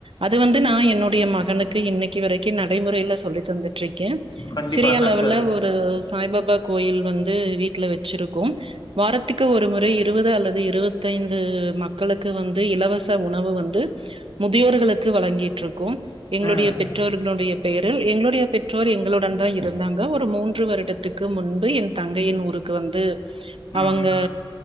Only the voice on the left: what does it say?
கண்டிப்பா
நண்பர்
ம்
ம்